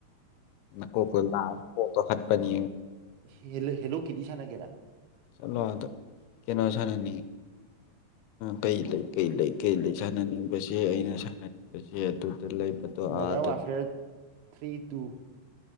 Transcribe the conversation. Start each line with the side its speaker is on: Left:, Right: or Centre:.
Left: ꯀꯣ ꯀ ꯐꯠꯄꯅꯤ
Right: ꯍꯦꯜꯂꯣ ꯍꯦꯜꯂꯣ ꯀꯗꯤ ꯁꯅꯒꯦꯔꯥ
Left: ꯆꯂꯣ ꯑꯗ ꯀꯩꯅꯣꯁꯅꯅꯤ ꯀꯩ ꯂꯩ ꯀꯩ ꯂꯩ ꯀꯩ ꯂꯩ ꯁꯥꯟꯅꯅꯤꯡꯕꯁꯦ ꯑꯩꯅ ꯁꯥꯟꯅꯅꯤꯡꯕꯁꯦ ꯑꯗꯨ ꯂ ꯄꯠꯇ
Right: ꯃꯣꯗꯔꯟ ꯋꯥꯔꯐꯤꯌꯔ ꯊ꯭ꯔꯤ ꯇꯨ